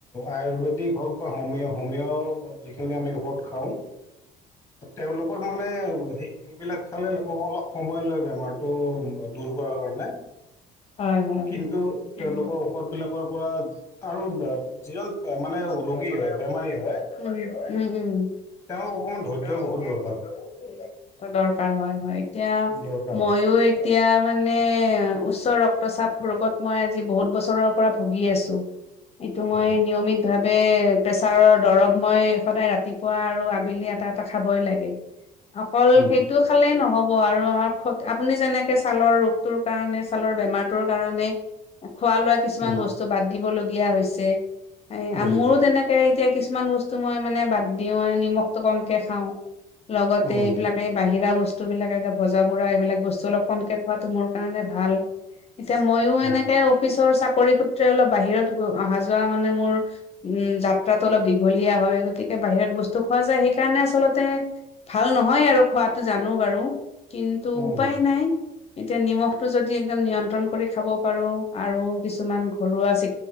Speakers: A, on the left; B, on the left.
A: আয়ুৰ্বেদিক হওক বা হোমি হোমিঅ যিখিনি আমি ঘৰত খাওঁ। তেওঁলোকৰ মানে সেই সেইবিলাক খালে অলপ সময় লয় বেমাৰটো দূৰ কৰাৰ কাৰণে।
B: হয়, হয়।
A: কিন্তু তেওঁলোকৰ
B: উম।
A: ঔষধ বিলাকৰ পৰা আৰু যিজন মানে ৰোগী
B: <unintelligible> উম,
A: হয় বেমাৰী হয়
B: উম।
A: তেওঁক অকমান ধৈৰ্য্যৰ
B: <unintelligible>
A: বহুত দৰকাৰ
B: দৰকাৰ হয়, হয় এতিয়া
A: দৰকাৰ
B: মইও এতিয়া মানে উচ্চ ৰক্তচাপ ৰোগত মই আজি বহুত বছৰৰ পৰা ভুগি আছোঁ। এইটো
A: হয়
B: মই নিয়মিত ভাবে বে প্ৰেছাৰৰ দৰৱ মই সদায় ৰাতিপুৱা আৰু আবেলি এটা টা খাবই লাগে, অকল
A: উম
B: সেইটো খালে নহ'ব আৰু আমাৰ খ আমি যেনেকে ছালৰ ৰোগটোৰ কাৰণে, ছালৰ বেমাৰতোৰ কাৰনে খোৱা লোৱা কিছুমান
A: উম
B: বস্তু বাদ দিবলগীয়া হৈছে, এ,
A: উম
B: মোৰো তেনেকে এতিয়া কিছুমান বস্তু মই মানে বাদ দিও মানে নিমখটো কমকে খাওঁ। লগতে
A: উম
B: এইবিলাক এই বাহিৰা বস্তুবিলাকে যে ভজা বুৰা এইবিলাক বস্তুবিলাক কমকে খোৱাটো মোৰ কাৰণে ভাল। এতিয়া ময়ো
A: উম
B: এনেকে অফিচ চাকৰি সুত্ৰে অলপ বাহিৰত অহা যোৱা মানে মোৰ উম, যাত্ৰাতো অলপ দীঘলীয়া হয়। গতিকে বাহিৰত বস্তু খোৱা যায় সেইকাৰণে আচলতে ভাল নহয় আৰু খোৱাটো জানো বাৰু। কিন্তু
A: উম
B: উপায় নাই, এতিয়া নিমখটো যদি একদম নিয়ন্ত্ৰণ কৰি খাব পাৰোঁ আৰু কিছুমান ঘৰুৱা চি